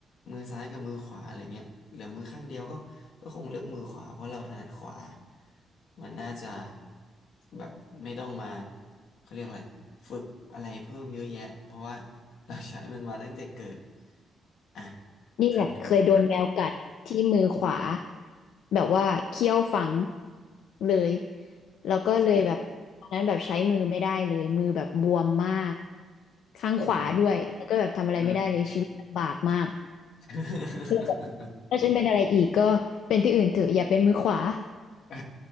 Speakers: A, on the left; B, on the left.
A: มือซ้ายกับมือขวาอะไรเงี้ยเหลือมือข้างเดียวก็ก็คงเลือกมือขวาเพราะเราถนัดขวามันน่าจะแบบไม่ต้องมาเขาเรียกอะไรฝึกอะไรเพิ่มเยอะแยะเพราะว่าเราใช้มันมาตั้งแต่เกิดอ่ะ
B: นี่แบบเคยโดนแมวกัดที่มือขวา
A: คำถาม
B: แบบว่าเขี้ยวฝังเลยแล้วก็เลยแบบตอนนั้นแบบใช้มือไม่ได้เลยมือแบบบวมมาก
A: เครียด
B: ข้างขวาด้วยแล้วก็แบบทำอะไรไม่ได้เลยชีวิตลำบากมาก
A: อืมอืม <laughs>
B: แล้วแบบถ้าฉันเป็นอะไรอีกก็เป็นที่อื่นเถอะอย่าเป็นมือขวา
A: <laughs> เออ